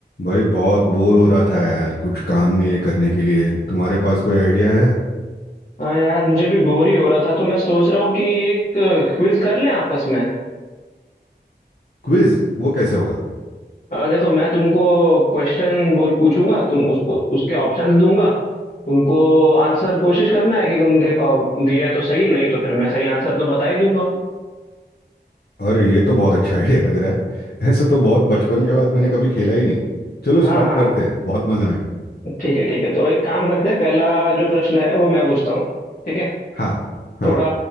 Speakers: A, on the left; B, on the left.
A: भाई बहुत बोर हो रहा था यार कुछ काम नहीं है करने के लिए तुम्हारे पास कोई आइडिया है
B: हाँ यार मुझे भी बोर ही हो रहा था तो मैं सोच रहा हूँ कि एक क्विज कर लें आपस में
A: क्विज वो कैसे होगा
B: अ, देखो मैं तुमको क्वेश्चन बोल पूछूंगा तुम उसको उसके ऑप्शंस दूंगा तुमको आंसर कोशिश करना है कि तुम दे पाओ दिया तो सही नहीं तो फिर मैं सही आंसर तो बता ही दूंगा
A: अरे ये तो बहुत अच्छा आइडिया लग रहा है ऐसे तो बहुत बचपन के बाद मैंने कभी खेला ही नहीं चलो स्टार्ट
B: हाँ हाँ
A: करते हैं बहुत मज़ा आएगा
B: ठीक है ठीक है तो एक काम करते हैं पहला जो प्रश्न है वो मैं पूछता हूँ ठीक है
A: हाँ हाँ
B: थोड़ा